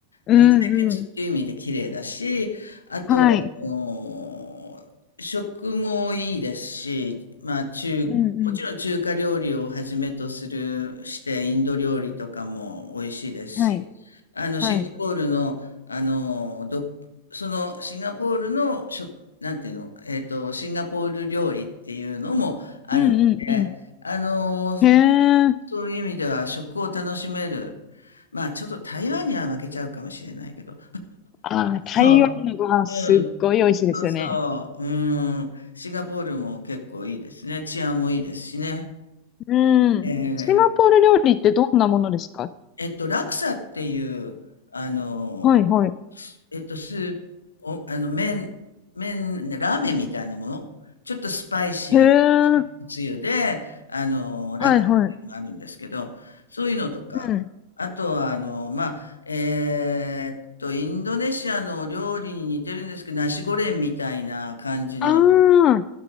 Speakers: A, on the left; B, on the left.
A: うんうん。
B: あの、清潔っていう意味で綺麗だし、あと、
A: はい。
B: あの食もいいですし、まあ中、
A: うんうん。
B: もちろん中華料理をはじめとするして、インド料理とかも美味しいですし、
A: はい。
B: あの、
A: はい。
B: シンガポールの、あのど、そのシンガポールの食、なんていうの、えっと、シンガポール料理っていうのもあるので、
A: うんうんうん。
B: あの
A: へえ。
B: そういう意味では食を楽しめる。まあちょっと台湾には負けちゃうかもしれないけど。
A: あー台湾のご飯すっごい美味しいですよね。
B: そう。うん。そうそう。うん。シンガポールも結構いいですね。治安もいいですしね。
A: うん。
B: ええ
A: シンガポール料理ってどんなものですか
B: えっと、ラクサっていう、あの、
A: はいはい。
B: えっと、スープ、お、あの、麺、麺、ラーメンみたいなものちょっとスパイシー
A: へえ。
B: なつゆで、あの、ラクメもあるんですけど、
A: はいはい。
B: そういうのとか、
A: うん。
B: あとは、あの、まあ、えーっと、インドネシアの料理に似てるんですけど、ナシゴレンみたいな感じの、
A: ああ、
B: あの